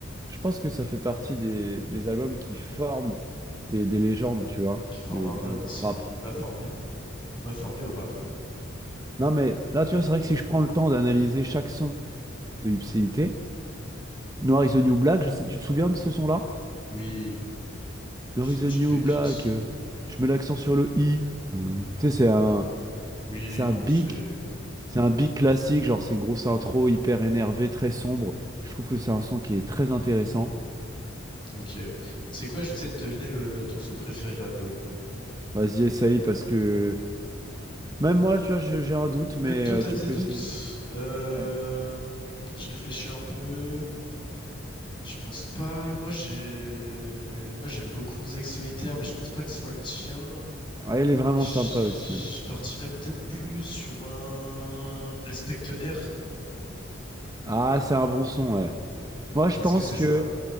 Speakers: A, on the right; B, on the left.
A: je pense que ça fait partie des, des albums qui forment des, des légendes, tu vois,
B: qui forme
A: de,
B: un
A: de-
B: homme aussi.
A: dans le rap.
B: Il m'a formé, moi. Il m'a formé au rap.
A: Non, mais là, tu vois, c'est vrai que si je prends le temps d'analyser chaque son de Ipséité. Noir is the New Black, je sais- tu te souviens de ce son-là?
B: Oui,
A: Noir
B: c'est
A: is
B: une
A: the
B: petite
A: New
B: pépite.
A: Black, euh, je mets l'accent sur le i. Hein. Tu sais, c'est un,
B: Oui,
A: c'est un
B: non,
A: big,
B: c'est...
A: c'est un big classique, genre c'est une grosse intro hyper énervée, très sombre. Je trouve que c'est un son qui est très intéressant.
B: Ok. Tu sais quoi, je vais essayer de deviner le... ton son préféré de l'album.
A: Vas-y, essaye parce que même moi, tu vois, j'ai j'ai un doute,
B: Même
A: mais
B: toi,
A: euh,
B: t'as
A: tu
B: des
A: peux
B: doutes.
A: essayer.
B: Euh,
A: Ouais.
B: je réfléchis un peu. Je pense pas. Moi, j'ai, moi, j'aime beaucoup Mosaïque Solitaire, mais je pense pas que ce soit le tien.
A: Ouais, il est vraiment
B: J-
A: sympa aussi. hein.
B: Je partirais peut-être plus sur un Respect R.
A: Ah, c'est un bon son, ouais. Moi, je
B: Est-ce
A: pense
B: que c'est
A: que
B: ça?